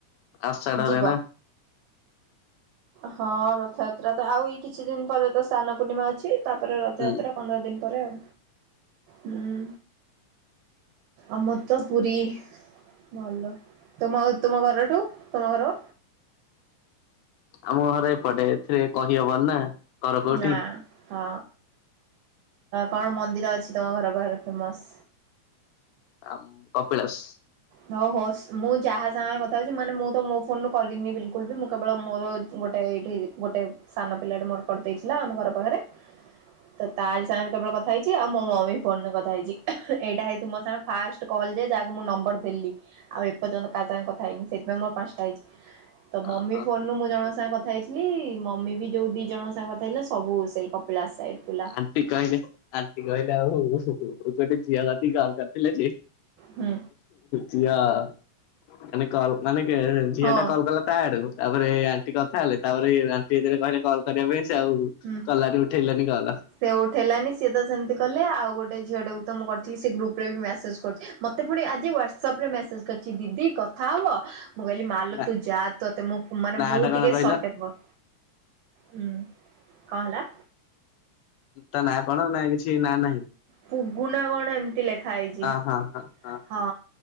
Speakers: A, on the left; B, on the right.
A: ଆଷାଢରେ
B: ଯିବ?
A: ନା?
B: ହଁ ରଥଯାତ୍ରା। ତ ଆଉ ଏଇ କିଛି ଦିନ ପରେ ତ ସ୍ନାନ ପୂର୍ଣ୍ଣିମା ଅଛି, ତାପରେ ରଥଯାତ୍ରା
A: ହୁଁ
B: ପନ୍ଦର ଦିନ ପରେ ଆଉ। ହୁଁ। ଆମର ତ ପୁରୀ, ଭଲ। ତୁମ ତୁମ ଘରଠୁ, ତୁମ ଘର।
A: ଆମ ଘର ଏପଟେ, ଏଥିରେ କହି ହବନି ନା। ଘର କୋଉଠି
B: ନା, ହଁ। କଣ ମନ୍ଦିର ଅଛି ତମ ଘର ପାଖରେ ଫେମସ?
A: ଆ କପିଳାସ।
B: ହଉ ହଉ ମୁଁ ଯାହା ସାଙ୍ଗ କଥା ହଉଛି ମାନେ ମୁଁ ତ ମୋ ଫୋନରୁୁ କରିଦିନି ବିଲକୁଲ ବି ମୁଁ କେବଳ ମୋର ଗୋଟେ ଏଇଠି ଗୋଟେ ସାନ ପିଲାଟିେ ମୋର କରିଦେଇଥିଲା ଆମ ଘର ପାଖରେ ତ ତାର ସାଙ୍ଗ କେବଳ କଥା ହେଇଛି ଆଉ ମୋ ମମି ଫୋନରେ କଥାଇଛି ଏଇଟା ହେଇତୁ ମୋ ସାଙ୍ଗେ ଫାଷ୍ଟ କଲ୍ ଯେ ଯାହାକୁ ମୁଁ ନମ୍ବର ଦେଲି ଆଉ ଏପର୍ଯ୍ୟନ୍ତ କା ସାଙ୍ଗେ କଥା ହେଇନି ସେଥିପାଇଁ ମୋର ପାଞ୍ଚଟା ହେଇଛି। ତ
A: ଓହୋ
B: ମମି ଫୋନରୁୁ ମୁଁ ଜଣଙ୍କ ସାଙ୍ଗ କଥା ହେଇଥି ଲି ମମି ବି ଯୋଉ ଦି ଜଣ ସାଙ୍ଗ ଥିଲା ସବୁ ସେଇ କପିଳାସ ସାଇଡ ପିଲା।
A: ଆଣ୍ଟି କହିଲେ ଆଣ୍ଟି କହିଲେ ଆଉ ଗୋଟେ ଝିଅ ବାତ କରିଥିଲେ ଯେ?
B: ହୁଁ
A: ଝିଅ ମାନେ କଲ୍ ମାନେ ଝିଅ
B: ହଁ
A: ଟା କଲ୍ କଲେ ତା ଆଡୁ ତାରେ ଆଣ୍ଟି କଥା ହେଲେ ତାପରେ ଆଣ୍ ଏଥିରେ କହିଲେ କଲ୍ କରିବା ପାଇଁ ସେ ଆଉ
B: ହୁଁ।
A: କଲାନି ଉଠେଇଲାନି କଲ।
B: ସେ ଉଉଠ ହେଲାନି ସିଏ ତ ସେମିତି କଲେ ଆଉ ଗୋଟେ ଝିଅ ଟାକୁ ତ ମୁଁ କରିଥିଲି ସେ ଗ୍ରୁପ ଉପରେ ବି ମେସେଜ୍ କରୁଛି ମୋତେ ପୁଣି ଆଜି ହ୍ୱଵାଟ୍ସଆପ୍ରେ ମେସେଜ୍ କରିଛି ଦିଦି କଥା ହେବ। ମୁଁ କହିଲି ମାଲ
A: ନା
B: ତୁ ଯା ତୁତେ ମାନେ
A: ନା
B: ମୁଁ
A: ଟା କଣ
B: ଟିକେ
A: କହିଲ?
B: ସଟଟେମ୍ପର ହୁଁ କଣ ହେଲା?
A: ତା ନାଁ କଣ ନା କିଛି ନାଁ ନାହିଁ?
B: ପୁଗୁନା କଣ ଏମିତି ଲେଖା ହେଇଛି।
A: ହଁ ହଁ ହଁ।
B: ହଁ